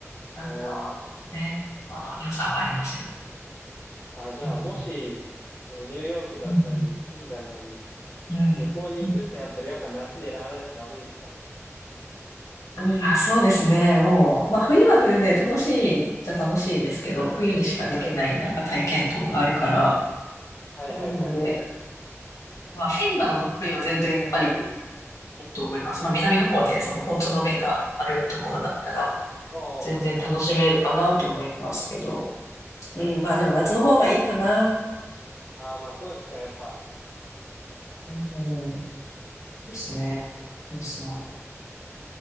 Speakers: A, on the left; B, on the left.
A: なんか、
B: おー。
A: ね、まあ、良さはありますよ。
B: あ、じゃあ、
A: うん
B: もし、そのニューヨークだったり、
A: うんうん
B: フィンランドに
A: うん。
B: 旅行に行くってなったら、
A: うん
B: やっぱ夏狙わないとダメですかね。
A: うんあ、そうですね。もう、まあ冬は冬で楽しいじゃ楽しいですけど、冬にしかできないなんか体験とかがあるから、
B: はい。はいはいはいはいはい。
A: なんで、まあフィンランドの冬は全然やっぱりいいと思います。まあ南の方でその交通の便があるところだったら、
B: おー、
A: 全然楽しめるかなと思いますけど、
B: はい。
A: うん、
B: はい。
A: まあでも夏の方がいいかな。
B: ニューヨークは、ああ、まあ、そうですか、やっぱ。
A: うん、ですね。そうそ